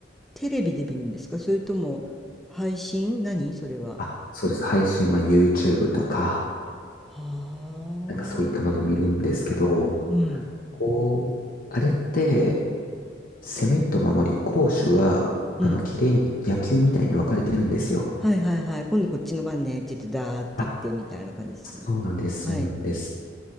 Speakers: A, in the centre; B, on the left.
A: テレビで見るんですかそれとも配信何それは。
B: あ、そうです。配信は YouTube とか、
A: は
B: なんかそういったので見るんですけど、
A: あ。うん。
B: こう、あれって、攻めと守り、攻守が、
A: うん。
B: あの、綺麗に野球みたいに分かれてるんですよ。
A: はいはいはい。今度こっちの番ねって言って、ダーって言ってみたいな感じですね。
B: あ、そうなんです。
A: はい。
B: そうなんです。